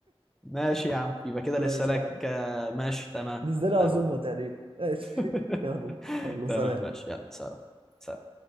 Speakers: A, in the centre; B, on the right.
A: ماشي يا عم يبقى كده
B: ماشي
A: لسه لك
B: يا عم
A: آه، ماشي تمام
B: دي ازاي العزومة
A: تمام
B: تقريبا ماشي
A: <laughs>
B: <laughs> يلا يلا
A: تمام
B: سلام
A: ماشي يلا سلام سلام